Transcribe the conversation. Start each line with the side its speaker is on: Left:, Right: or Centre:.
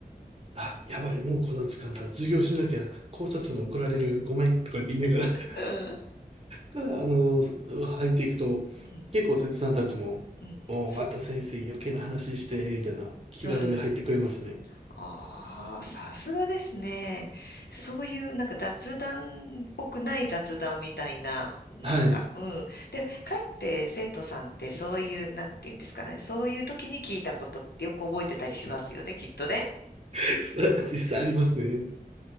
Right: あやばいもうこんな時間だ授業しなきゃ校舎長に怒られるごめんとかって言いながら <laughs>
Left: うん、
Right: からあの入っていくと
Left: うん、
Right: 結構切断たちももうまた先生余計な話してみたいな気軽に入ってくれますね。
Left: うん。そう、うん。ああ、さすがですね。そういう、なんか雑談っぽくない雑談みたいな、なんか、
Right: はい。
Left: うん。で、かえって生徒さんってそういう、なんていうんですかね。そういう時に聞いたことってよく覚えてたりしますよね、きっとね。
Right: <laughs> 実際ありますね。